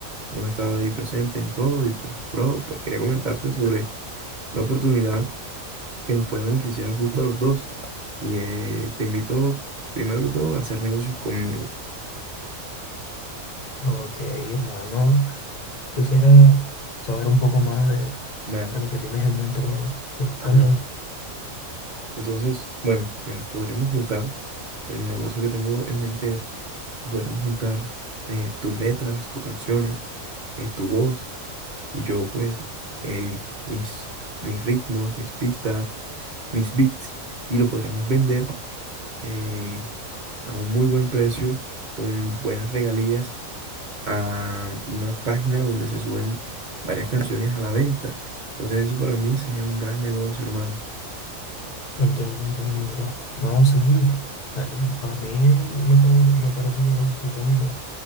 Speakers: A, on the right; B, on the left.
A: hemos estado ahí presentes en todo y pues, bro, pues quería comentarte sobre una oportunidad que nos puede beneficiar justo a los dos y eh, te invito primero que todo a hacer negocios conmigo.
B: Ok, hermano. Quisiera saber un poco más de,
A: Vale,
B: de lo que tienes en mente, hermano. Sí, cuéntame.
A: vale, vale. Entonces, bueno, mira, podríamos juntar, el negocio que tengo en mente es que podríamos juntar eh, tus letras, tus canciones, eh, tu voz y yo pues eh, mis, mis ritmos, mis pistas, mis beats y lo podríamos vender eh, a un muy buen precio, con buenas regalías, a una página donde se suben varias canciones a la venta. Entonces eso para mí sería un gran negocio, hermano.
B: Entiendo, entiendo, mi bro. No, sí. eh, Para mí me, pa- me parece una idea estupenda.